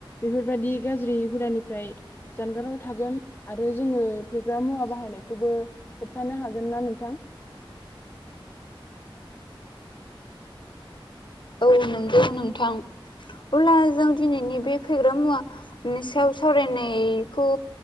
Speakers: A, on the left; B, on the left.
A: बेफोरबाददि गाज्रि हुदानिफ्राय जानगाराव थागोन आरो जोङो फेग्रा मुवा बाहायनायखौबो खोनथानो हागोन ना नोंथां।
B: औ नंगौ नोंथां अब्ला जों दिनैनि बे फेग्रा मुवानि सायाव सावरायनायखौ